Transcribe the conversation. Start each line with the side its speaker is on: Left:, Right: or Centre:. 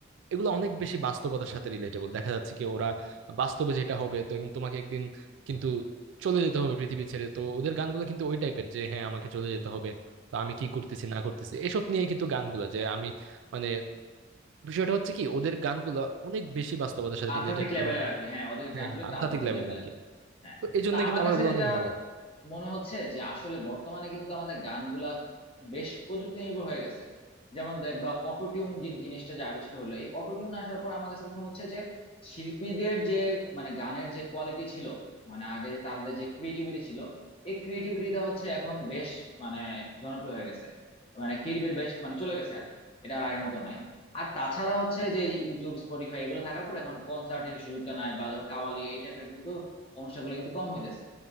Right: এগুলো অনেক বেশি বাস্তবতার সাথে রিলেটেবল দেখা যাচ্ছে কি ওরা বাস্তবে যেটা হবে তো এখন তোমাকে একদিন কিন্তু চলে যেতে হবে পৃথিবী ছেড়ে তো ওদের গানগুলো কিন্তু ওই টাইপের যে হ্যাঁ আমাকে চলে যেতে হবে বা আমি কি করতেছি না করতেছি এসব নিয়ে কিন্তু গানগুলা যে আমি মানে বিষয়টা হচ্ছে কি ওদের গানগুলা অনেক বেশি বাস্তবতার সাথে
Left: আধ্যাত্মিক
Right: রিলেটেড
Left: লেভেলে
Right: এবং
Left: আর কি হ্যাঁ ওদের
Right: হ্যাঁ
Left: গানগুলো
Right: হ্যাঁ
Left: একটু
Right: আধ্যাত্মিক
Left: আধ্যাত্মিক
Right: লেভেল
Left: লেভেলে
Right: আর কি
Left: হ্যাঁ
Right: তো এই জন্য
Left: তো আমার
Right: কিন্তু আমার
Left: কাছে
Right: ওগুলো
Left: যেটা
Right: অনেক ভালো লাগে
Left: মনে হচ্ছে যে আসলে বর্তমানে কিন্তু আমাদের গানগুলা বেশ প্রযুক্তি নির্ভর হয়ে গেছে যেমন দেখবা অটোটিউন জিনিসটা যে আবিষ্কার হলো এই অটোটিউন আসার পর আমার কাছে মনে হচ্ছে যে শিল্পীদের যে মানে গানের যে কোয়ালিটি ছিল মানে আগে যে তাদের যে ক্রিয়েটিভিটি ছিল এই ক্রিয়েটিভিটিটা হচ্ছে এখন বেশ মানে জনপ্রিয় হয়ে গেছে মানে ক্রিয়েটিভিটি বেশ মানে চলে গেছে আর কি এটা আর আগের মতো নাই আর তাছাড়া হচ্ছে যে ইউটিউব স্পটিফাই এগুলো থাকার পর এখন কনসার্টের সুযোগটা নাই বা ধর কাওয়ালি এই টাইপের কিন্তু অনুষ্ঠানগুলো কিন্তু কম হইতেছে